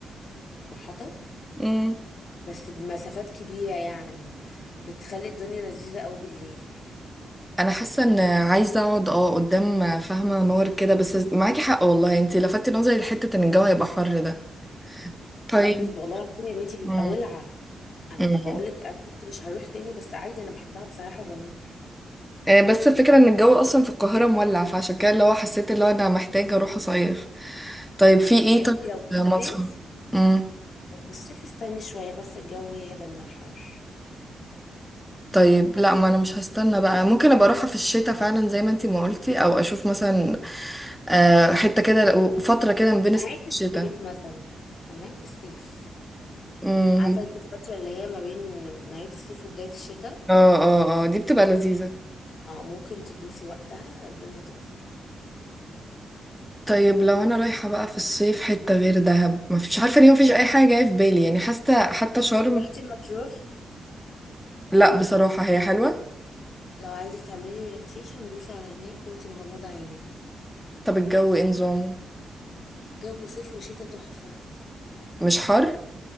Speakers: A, on the left; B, in the centre.
A: وحطب
B: مم.
A: بس بمسافات كبيرة يعني بتخلي الدنيا لذيذة قوي بالليل
B: انا حاسه ان عايزه اقعد اه قدام فاهمه نور كده بس معاكي حق والله انتي لفتي نظري لحته ان الجو هيبقى حر ده طيب
A: لا بي- والله العظيم يا بنتي بيبقى
B: مم.
A: ولعة انا
B: مم.
A: بقول لك انا قلت مش هروح تاني بس عادي انا بحبها بصراحة وبروح
B: آه، بس الفكره ان الجو اصلا في القاهره مولع فعشان كده اللي هو حسيت اللي هو انا محتاجه اروح اصيف طيب في ايه
A: انتي
B: طيب
A: لو في
B: مصر
A: الصيف
B: امم
A: في الصيف استني شوية بس الجو يهدى من الحر
B: طيب لا ما انا مش هستنى بقى ممكن ابقى اروحها في الشتاء فعلا زي ما انتي ما قلتي او اشوف مثلا آه، حته كده فتره كده ما بين
A: في نهاية
B: الصيف والشتاء
A: الصيف مثلا في نهاية الصيف
B: امم
A: عارفة انتي الفترة اللي هي ما بين نهاية الصيف وبداية الشتاء
B: اه اه اه دي بتبقى لذيذه
A: اه ممكن تدوسي وقتها الدنيا تبقى فل
B: طيب لو انا رايحه بقى في الصيف حته غير دهب مفيش عارفه ليه مفيش اي حاجه جايه في بالي يعني حاسه حتى شرم
A: رحتي مطروح
B: لا بصراحه هي حلوه
A: لو عايزة تعملي ريلاكسيشن دوسي على هناك وانتي مغمضة عينك
B: طب الجو ايه نظامه
A: جو صيف وشتا تحفة
B: مش حر